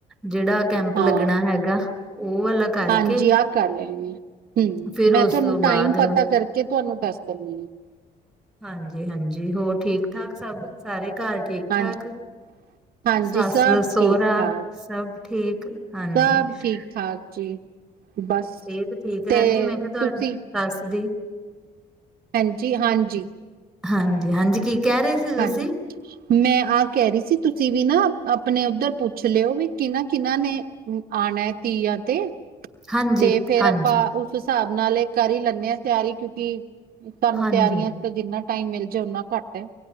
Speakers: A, in the centre; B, on the right (about 60°).
A: ਜੇੜਾ ਕੈਂਪ
B: ਹਾਂ
A: ਲੱਗਣਾ ਹੈਗਾ ਓ ਵਾਲਾ ਕਰਕੇ
B: ਹਾਂਜੀ ਆ ਕਰ ਲੈਂਣੇ ਆ ਹੂੰ
A: ਫਿਰ
B: ਮੈਂ
A: ਉਸ
B: ਤੁਆਨੂੰ
A: ਤੋਂ ਬਾਅਦ
B: ਟਾਈਮ ਪਤਾ ਕਰਕੇ ਤੁਆਨੂੰ ਦੱਸ ਦਿੰਨੀ ਆ।
A: ਹਾਂਜੀ-ਹਾਂਜੀ ਹੋਰ ਠੀਕ-ਠਾਕ ਸਬ ਸਾਰੇ ਘਰ ਠੀਕ-ਠਾਕ।
B: ਹਾਂਜੀ ਹਾਂਜੀ
A: ਸੱਸ
B: ਸਭ
A: ਸਹੁਰਾ
B: ਠੀਕ ਠਾਕ
A: ਸਭ ਠੀਕ ਹਾਂਜੀ।
B: ਸਭ
A: ਟਟ੍ਰਨ੍ਹਠ ਕਕ
B: ਠੀਕ
A: <inaudible>
B: ਠਾਕ ਜੀ। ਬਸ
A: ਸਿਹਤ ਠੀਕ ਰਹਿੰਦੀ
B: ਤੇ
A: ਮੈਂ ਕਿਹਾ ਤੁਹਾਡੀ
B: ਤੁਸੀਂ
A: ਸੱਸ ਦੀ
B: ਹੈਂਜੀ-ਹਾਂਜੀ।
A: ਹਾਂਜੀ, ਹਾਂਜੀ ਕੀ ਰੇ ਸੀ ਤੁਸੀਂ?
B: ਹਾਂਜੀ। ਮੈਂ ਆ ਕੈ ਰੀ ਸੀ ਤੁਸੀਂ ਵੀ ਨਾ ਆਪਨੇ ਉੱਦਰ ਪੁੱਛ ਲਿਓ ਵੀ ਕਿਨਾ-ਕਿਨਾ ਨੇ ਆਨਾ ਤੀਆਂ ਤੇ
A: ਹਾਂਜੀ,
B: ਤੇ ਫੇਰ
A: ਹਾਂਜੀ,
B: ਆਪਾਂ ਉਸ ਹਿਸਾਬ ਨਾਲ ਏ ਕਰ ਈ ਲੈਨੇ ਆ ਤਿਆਰੀ ਕਿਉਂਕਿ ਸਾਨੂੰ
A: ਹਾਂਜੀ।
B: ਤਿਆਰੀਆਂ ਜਿੰਨਾ ਟਾਈਮ ਮਿਲ ਜੇ ਉਨਾਂ ਘੱਟ ਐ।